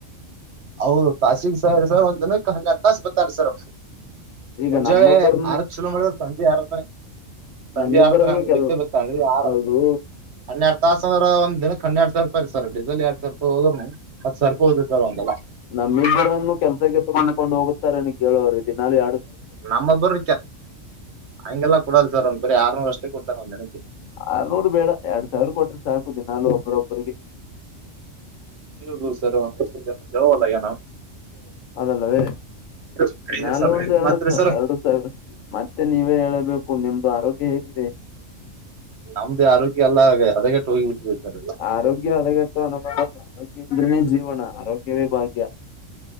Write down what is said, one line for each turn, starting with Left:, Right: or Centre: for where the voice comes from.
Right: ಹೌದು ತಾಾಸಿಗೆ ಸರಿ ಸರ್ ಒಂದ ದಿನಕ್ಕೆ ಹನ್ನೆರಡು ತಾಸು ಬತ್ತತಾನ ಸರ್
Left: ಈಗ
Right: ಮುಂಜಾಗೆ
Left: ನಮ್ನೊಬ್ಬರ
Right: ಆರ ಚಲೋ ಮಾಡಿದ್ರ ಸಂಜೆ ಆರ ಸಂಜೆ
Left: ನಮ್ಮಿಬ್ಬರನ್ನು
Right: ಆರ ಹತ್ತ ನಂಗೆ
Left: ಕೆಲ್
Right: ಬಿತ್ತೇ ಬಸ್ತಿ ಆರ
Left: ಹೌದು
Right: ಹನ್ನೆರಡು ತಾಸ ಅ್ರದ ದಿನ ಕಣ್ಣ ಎಡ್ ಸರ್ಪರಿ ಸರ್ ಡೀಲ್ ಎರ ಸರ್ಪ ಹೋದ್ನು ಮತ್ ಸರ್ಪ ಹೋದ್ ಸರ್ ಒಂದಲ್ಲ
Left: ನಮ್ಮಲ್ರನ್ನು ಕೆಲ್ಸ ತಕೊಂಡಕೊಂಡು ಹೋಗುತ್ತಾರೆ ಕೇಳೋವರು ಇದಿನ ಯ
Right: ನಮ್ಮಬ್ಬರ ಹಂಗೆಲ್ಲ ಕೊಡಲ್ ಸರ್ ಒಂದ್ ಬರ ಆರ್ನೂರು ಅಷ್ಟೇ ಕೊಡ್ತಾರೆ ಒಂದ್ ನೆಪ
Left: ಆರ್ನೂರ್ ಬೇಡ ಎರಡ್ ಸಾವಿರ ಕೊಟ್ರ ಸಾಕು ದಿನಾಾಲು ಒಬ್ಬ್ರೊಬ್ಬ್ರರಿಗೆ
Right: ಹ ಸರ್ ಯಾವಲ್ಲ ಯ ನಾವು
Left: ಅದಲ್ಲವೇ
Right: ಇದೆ
Left: ನಾಲು
Right: ಸರ್
Left: ಒಂದು ಎರಡು
Right: ಮತ್ರಿ ಸರ್
Left: ಎರಡು ಸ ಮತ್ತೆ ನೀವೇ ಹೇಳಬೇಕು ನಿಮ್ದು ಆರೋಗ್ಯ ಹೇಗಿದೆ
Right: ನಮ್ದೇ ಆರೋಗ್ಯ ಎಲ್ಲ ಹದಗೆಟ್ಟ ಹೋಗಿ ಬಿಟ್ಟಾರೆಲ್ಲ
Left: ಆರೋಗ್ಯ ಹದಗೆಟ್ಟು ಅನಭ ಆರೋಗ್ಯಂದ್ರನೇ ಜೀವನ ಆರೋಗ್ಯವೇ ಭಾಗ್ಯ